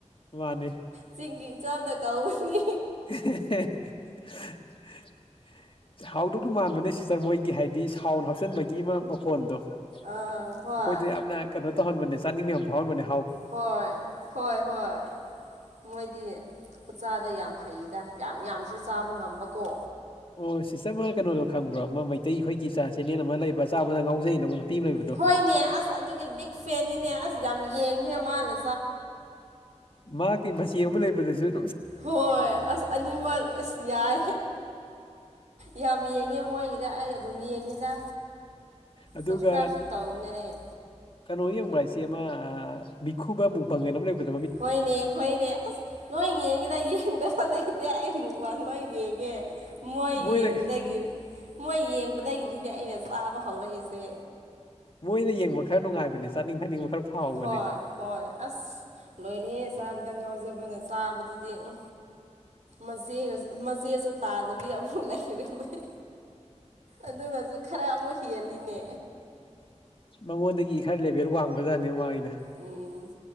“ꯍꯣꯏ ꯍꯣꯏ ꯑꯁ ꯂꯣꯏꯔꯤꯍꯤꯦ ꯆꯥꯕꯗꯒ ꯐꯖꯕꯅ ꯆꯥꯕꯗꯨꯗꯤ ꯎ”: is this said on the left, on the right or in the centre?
Right